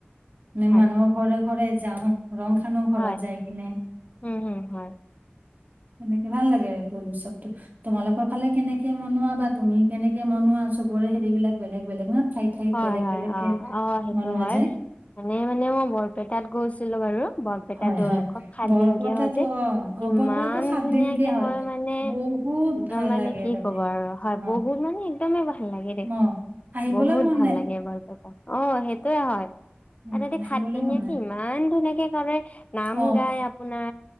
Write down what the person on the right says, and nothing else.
নে
মানুহৰ ঘৰে ঘৰে যাওঁ। ৰং খানো ঘৰত
যাই কিনে।
<unintelligible> তোমালোকৰ ফালে কেনেকে মনোৱা বা তুমি কেনেকে মনোৱা চবৰে হেৰিবলাক বেলেগ বেলেগ ন। ঠাইত ঠাইত
বেলেগ
বেলেগকে
মনোৱা
যায়
হয়
হয়
বৰপেটাতো
অ অ
বৰপেটাতো সাত
দিনকে
বহুত
ভাল
লাগে
তাতে
অ
অ আহিবলৈ
ম
উম
আহিবলৈ
মন নাই
অ